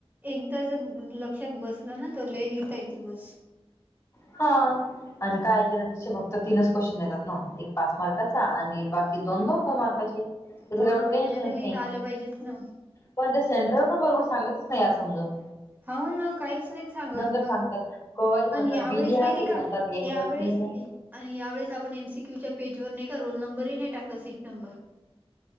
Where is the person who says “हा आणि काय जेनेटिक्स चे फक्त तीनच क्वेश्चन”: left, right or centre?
Left